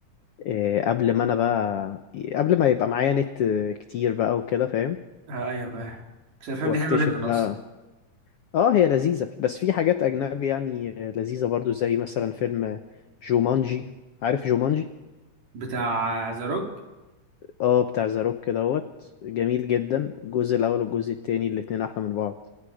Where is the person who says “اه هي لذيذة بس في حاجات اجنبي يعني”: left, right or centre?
Left